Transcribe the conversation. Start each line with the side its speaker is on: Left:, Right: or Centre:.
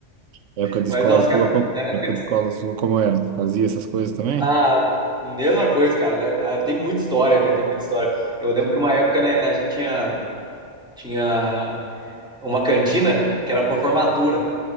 Right: Época de
Centre: Mas,
Right: escola
Centre: nossa,
Right: sua,
Centre: cara,
Right: como,
Centre: na época
Right: época
Centre: eles.
Right: de escola sua, como era? Fazia essas coisas também?
Centre: Ah, mesma coisa, cara, né? Ah, Tem muita história, cara, tem muita história. Eu lembro que uma época, né, a gente tinha, tinha uma cantina que era pra formatura.